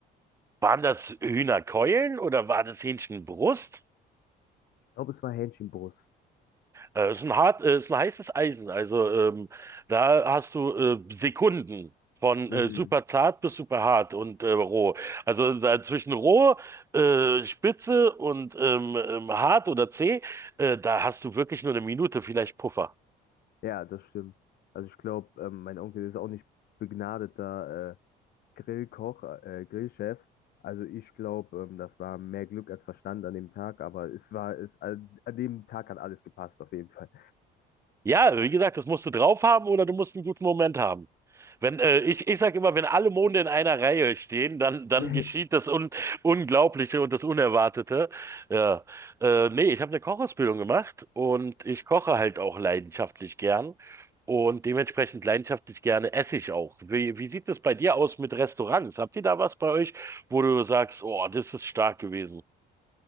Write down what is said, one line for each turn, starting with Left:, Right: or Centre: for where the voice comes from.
Right: Waren das Hühnerkeulen oder war das Hähnchenbrust?
Left: Ich glaube, es war Hähnchenbrust.
Right: Äh, ist ein hart, äh, ist ein heißes Eisen. Also ähm, da hast du äh, Sekunden von
Left: Mhm.
Right: äh, super zart bis super hart und äh, roh. Also da zwischen roh, äh, spitze und ähm, ähm, hart oder zäh, äh, da hast du wirklich nur eine Minute, vielleicht Puffer.
Left: Ja, das stimmt. Also ich glaube, ähm, mein Onkel ist auch nicht begnadeter äh, Grillkoch, äh, Grillchef. Also ich glaube, ähm, das war mehr Glück als Verstand an dem Tag, aber es war, es, an, an dem Tag hat alles gepasst, auf jeden Fall.
Right: Ja, wie gesagt, das musst du drauf haben oder du musst einen guten Moment haben. Wenn, äh, ich, ich sage immer, wenn alle Monde in einer Reihe stehen, dann, dann
Left: <laughs>
Right: geschieht das Un Unglaubliche und das Unerwartete. Ja. Äh, nee, ich habe eine Kochausbildung gemacht und ich koche halt auch leidenschaftlich gern. Und dementsprechend leidenschaftlich gerne esse ich auch. Wie, wie sieht es bei dir aus mit Restaurants? Habt ihr da was bei euch, wo du sagst, oh, das ist stark gewesen?